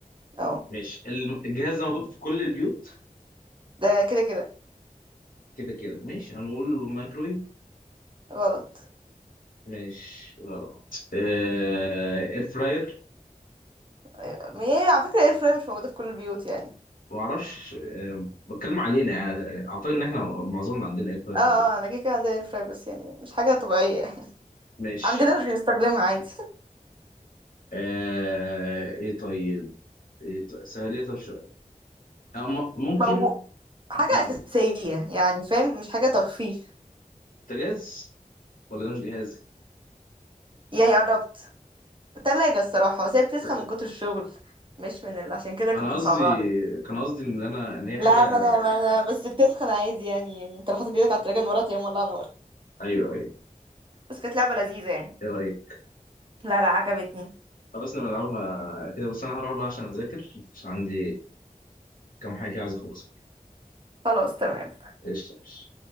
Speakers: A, on the right; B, on the left.
A: اه
B: ماشي الم- الجهاز ده موجود في كل البيوت
A: ده كده كده
B: كده كده ماشي هنقول الميكرويف
A: غلط
B: ماشي غلط آه... اير فراير
A: آه، هي على فكره اير فراير مش موجوده في كل البيوت يعني
B: ما اعرفش آه، بتكلم علينا يعني اعتقد ان احنا معظمنا عندنا اير فراير
A: اه
B: في
A: اه
B: البيت
A: انا كده كده عندي اير فراير بس يعني مش حاجه طبيعيه يعني.
B: ماشي
A: <laughs> عندنا مش بنستخدمها عادي
B: آه، ايه طيب ايه طيب سهليه طب شويه آه، م- ممكن
A: <laughs> موجود حاجه
B: لا
A: اساسيه يعني فاهم مش حاجه ترفيه
B: بوتاجاز ولا ده مش جهاز
A: يعني قربت تلاجة الصراحة بس هي بتسخن
B: تلاجة.
A: من كتر الشغل مش من اللي عشان كده كنت
B: انا
A: مصعبة
B: قصدي
A: عليك
B: كان قصدي ان انا ان هي حاجه
A: لا ما انا ما انا بس بتسخن عادي يعني يعني انت لو حاطط ايدك على التلاجة من ورا تلاقيها مولعة نار
B: ايوه ايوه
A: بس كانت لعبة لذيذة يعني
B: ايه رايك
A: لا لا عجبتني
B: خلاص نلعبها كده بس انا هروح بقى عشان اذاكر عشان عندي كام حاجه كده عايز اخلصها
A: خلاص تمام
B: قشطة قشطة.